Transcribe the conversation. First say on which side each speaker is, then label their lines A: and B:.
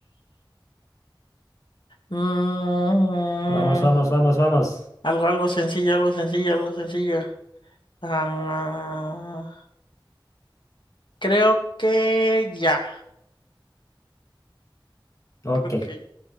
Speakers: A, on the left; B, on the left.
A: mm,
B: Vamos, vamos, vamos, vamos.
A: algo, algo sencillo, algo sencillo, algo sencillo. Ah, creo que ya,
B: Ok,
A: creo que